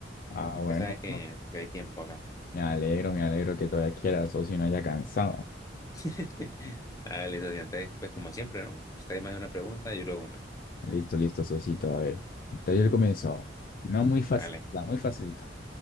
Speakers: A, on the left (about 50°); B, on the left (about 20°).
A: Ah, bueno.
B: Usted sabe que, que hay tiempo acá.
A: Me alegro, me alegro que todavía quiera, socio, y no haya cansado.
B: <laughs> Hágale, socio. Entonces, pues como siempre, ¿no? Usted más de una pregunta, yo luego una.
A: Listo, listo, socito. A ver, entonces él comenzó. No muy fácil,
B: Hágale.
A: la muy facilita.